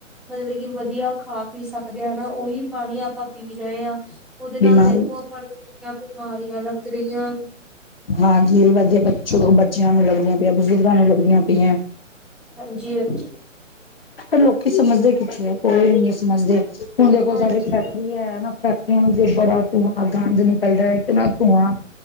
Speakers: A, in the centre; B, on the left.
A: ਮਤਲਬ ਕਿ ਵਧੀਆ ਖਾ- ਪੀ ਸਕਦੇ ਹਾ, ਹਨਾ ਉਹੀ ਪਾਣੀ ਆਪਾਂ ਪੀ ਰਹੇ ਹਾਂ। ਉਹਦੇ ਨਾਲ
B: ਬਿਮਾਰੀ
A: ਦੇਖੋ ਆਪਾਂ ਨੂੰ ਕਿੰਨੀਆਂ ਬਿਮਾਰੀਆਂ ਲੱਗ ਰਹੀਆਂ।
B: ਹਾਂਜੀ ਇਹ ਵਧੀਆ ਬ ਬੱਚਿਆਂ ਨੂੰ ਲੱਗਦੀਆਂ ਪਈਆਂ, ਬਜ਼ੁਰਗਾਂ ਨੂੰ ਲੱਗਦੀਆਂ ਪਈਆਂ।
A: ਹਾਂਜੀ- ਹਾਂਜੀ।
B: ਲੋਕੀ ਸਮਝਦੇ ਕਿੱਥੇ ਹੈ। ਕੋਈ ਵੀ ਨਹੀਂ ਸਮਝਦੇ, ਹੁਣ ਦੇਖੋ
A: ਹਾਂਜੀ
B: ਸਾਡੇੈ ਹੈ ਨਾ ਫੈਕਟਰਿਆਆ ਜੇ ਬੜਾ ਧੂੰਆਂ ਗੰਜ ਨਿਕਲਦਾ, ਇਤਨਾ ਧੂੰਆਂ